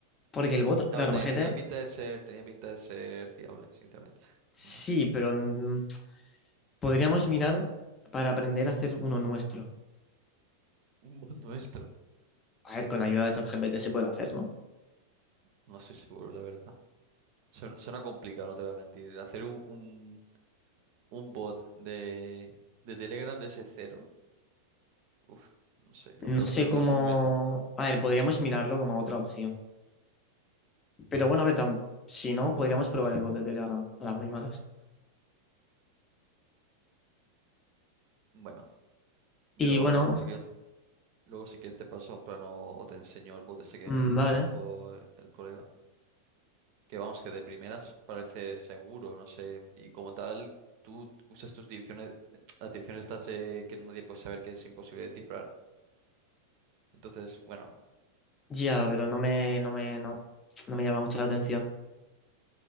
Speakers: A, on the left; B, on the right.
A: Porque el voto,
B: A
A: claro,
B: ver, tenía,
A: majete,
B: tenía pinta de ser, tenía pinta de ser fiable, sinceramente.
A: sí,
B: Me-
A: pero mm, podríamos mirar para aprender a hacer uno nuestro.
B: un bot <laughs> nuestro.
A: A ver, con ayuda de ChatGPT se puede hacer, ¿no?
B: No estoy seguro, la verdad. Suena, suena complicado, no te voy a mentir. Hacer un, un, un bot de, de Telegram de ese cero, uf, no sé,
A: No
B: lo veo,
A: sé
B: lo
A: cómo.
B: veo muy lejano.
A: A ver, podríamos mirarlo como otra opción. Pero bueno, a ver, tam- si no, podríamos probar el bot de Telegram a las muy malas.
B: Bueno. Yo,
A: Y bueno,
B: si quieres, luego si quieres te paso en plano o te enseño el bot este que
A: mm,
B: me
A: vale.
B: dijo el colega. Que vamos, que de primeras parece seguro, no sé. Y como tal, tú usas tus direcciones, las direcciones estas eh, que nadie puede saber que es imposible descifrar. Entonces, bueno,
A: Ya, pero no me, no me, no, no me llama mucho la atención.